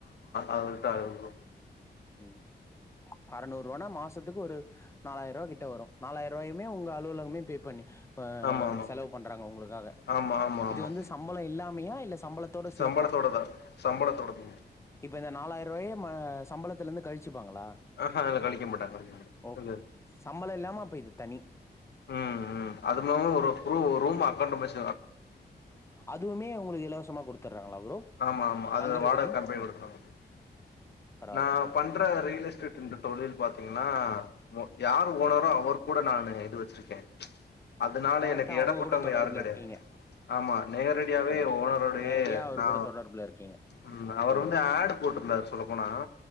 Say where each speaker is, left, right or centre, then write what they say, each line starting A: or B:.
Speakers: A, on the left (about 75°); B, on the left (about 15°).
A: அதுக்கு தா ப்ரோ
B: ம் அறுநூறு ரூவனா மாசத்துக்கு ஒரு நாலாயிர ரூபா கிட்ட வரு நாலாயிர ரூபாயுமே உங்க அலுவலகமே பே பண்ணி, இப்ப
A: ஆமா ஆமா
B: செலவு பண்றாங்க உங்களுக்காக.
A: ஆமா ஆமா
B: இது
A: ஆமா
B: வந்து சம்பளம் இல்லாமையா, இல்ல சம்பளத்தோட சேர்த்தா.
A: சம்பளத்தோடதா சம்பளத்தோடது
B: இப்ப, இந்த நாலாயருவாய மாச சம்பளத்திலிருந்து கழி, வெச்சிப்பாங்களா
A: ஆஹா அதுல கழிக்க மாட்டாங்க கழிக்க மாட்டாங்க
B: ஓகே சம்பளோ இல்லாமா அப்ப இது தனி.
A: ஹம்ம் அதுமில்லாம
B: ம்
A: ஒரு ஒரு ரூம் அ
B: அதுவுமே உங்களுக்கு இலவசமா கொடுத்துடுறாங்களா ப்ரோ.
A: ஆமா ஆமா அது
B: தங்குறதுக்கு
A: வாடக கம்பெனி கொடுத்துருவாங்க
B: பரவால்ல
A: நா
B: பரவால்ல
A: பண்ற ரியல் எஸ்டேட் என்ற தொழில் பாத்தீங்கன்னா யாரு ஒ போனதா அவர் கூட நானு இது வச்சிருக்கே அதனால
B: டைரக்டா
A: எனக்கு
B: அவங்க
A: இட பட்டவங்க
B: கூட தொடர்புல
A: யாரு கிடையாது.
B: இருக்கீங்க
A: ஆமா நேரடியாவே
B: ம்
A: ஓனரோடயே
B: நேரடியா அவரு
A: ஆ
B: கூட தொடர்புல இருக்கீங்க
A: ம் அவர்
B: புரியுது
A: வந்து
B: புரியுது
A: ஆடு போட்டுருந்தாரு சொல்ல போனா